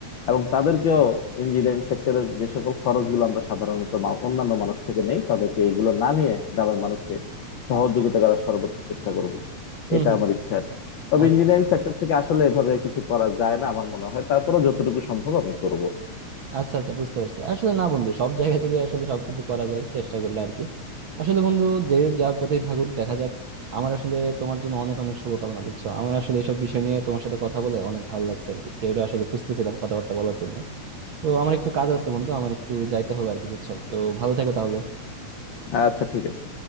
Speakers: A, on the left; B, on the right.
A: এবং তাদেরকেও ইঞ্জিনিয়ারিং সেক্টরের যে সকল খরচগুলো আমরা সাধারণত মা- অন্যান্য মানুষ থেকে নেই তাদেরকে এইগুলো না নিয়ে গ্রামের মানুষকে সহযোগিতা করার সর্বোচ্চ চেষ্টা করব
B: হম
A: এটা আমার ইচ্ছা আর কি। তবে
B: আচ্ছা
A: ইঞ্জিনিয়ারিং
B: আচ্ছা
A: সেক্টর থেকে আসলে এভাবে কিছু করা যায় না আমার মনে হয় তারপরেও যতটুকু সম্ভব আমি করব
B: আচ্ছা আচ্ছা বুঝতে পারছি আসলে না বন্ধু সব জায়গা থেকে আসলে সবকিছু করা যায় চেষ্টা করলে আর কি আসলে বন্ধু যে যার পথেই থাকুক দেখা যাক আমার আসলে তোমার জন্য অনেক অনেক শুভকামনা বলছো আমার আসলে এসব বিষয় নিয়ে তোমার সাথে কথা বলে অনেক ভালো লাগছে আর কি কেউ আসলে খুঁজতেছিলাম কথাবার্তা বলার জন্য তো আমার একটু কাজ আছে বন্ধু আমার একটু যাইতে হবে আর কি বুঝছো তো ভালো থেকো তাহলে
A: আচ্ছা ঠিক আছে